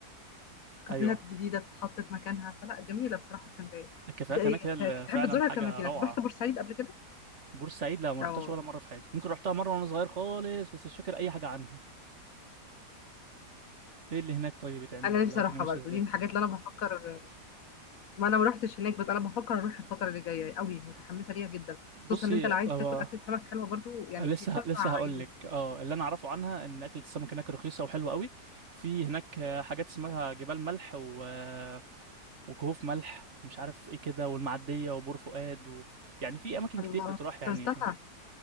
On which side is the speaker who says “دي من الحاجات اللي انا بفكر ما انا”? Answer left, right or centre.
Left